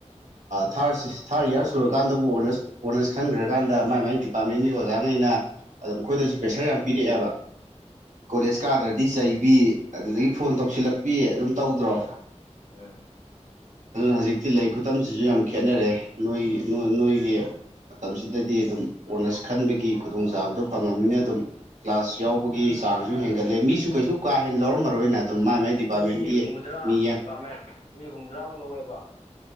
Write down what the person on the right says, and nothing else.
ꯊꯥꯔ ꯊꯥꯔꯠ ꯏꯌꯥꯔ ꯁꯨꯔꯀꯥꯟꯗꯕꯨ ꯑꯣꯅꯔꯁ ꯈꯟꯈ꯭ꯔꯀꯥꯟꯗ ꯃꯥꯏ ꯃꯥꯏ ꯗꯤꯄꯥꯔꯠꯃꯦꯟꯒꯤ ꯑꯣꯖꯥꯈꯩꯅ ꯑꯗꯣ ꯃꯈꯣꯏꯗꯁꯨ ꯄ꯭ꯔꯦꯁꯔ ꯌꯥꯝ ꯄꯤꯔꯛꯑꯦꯕ
ꯀꯣꯂꯦꯖ ꯀꯥꯗ꯭ꯔꯗꯤ ꯆꯩꯕꯤ ꯑꯗꯨꯗꯒꯤ ꯐꯣꯟ ꯇꯧꯁꯤꯜꯂꯛꯄꯤ ꯑꯗꯨꯝ ꯇꯧꯗ꯭ꯔꯣ
ꯍꯧꯖꯤꯛ ꯊꯤ ꯂꯥꯏꯛ ꯈꯨꯇꯁꯤꯁꯨ ꯌꯥꯝ ꯈꯦꯠꯅꯔꯦ ꯅꯣꯏꯒꯤ ꯅꯣꯏꯒꯤ ꯃꯇꯝꯁꯤꯗꯗꯤ ꯑꯗꯨꯝ ꯑꯣꯅꯔꯁ ꯈꯟꯕꯒꯤ ꯈꯨꯗꯣꯡꯆꯥꯕꯗꯨ ꯐꯪꯉꯅꯤꯅ ꯑꯗꯨꯝ ꯀ꯭ꯂꯒ꯭ꯂꯥꯁ ꯌꯥꯎꯕꯒꯤ ꯆꯥꯡꯁꯨ ꯍꯦꯟꯒꯠꯂꯦ ꯃꯤꯁꯨ ꯀꯩꯁꯨ ꯀꯥ ꯍꯦꯟꯅ ꯂꯧꯔꯃꯔꯣꯏꯅ ꯑꯗꯨꯝ ꯃꯥꯏ ꯃꯥꯏ ꯗꯤꯄꯥꯔꯠꯃꯦꯟꯒꯤ
ꯃꯤ